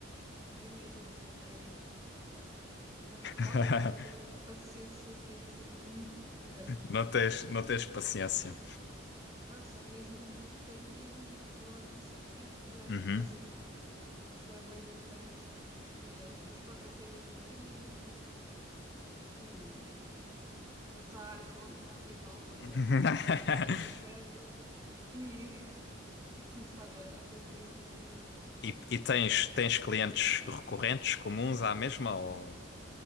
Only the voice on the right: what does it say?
vi o mesmo, só que a falta
de paciência para isso é muito grande.
Não, sou mesmo, tenho mesmo dificuldade nisso, porque, tipo, aborreço-me
aquilo é bem irritante, mas, mas pronto, mas tenho mesmo, tenho mesmo que, que, que lutar contra a minha falta
de vontade eh, nesse aspecto e, <laughs> e começar a, a fazer isso um bocadinho mais.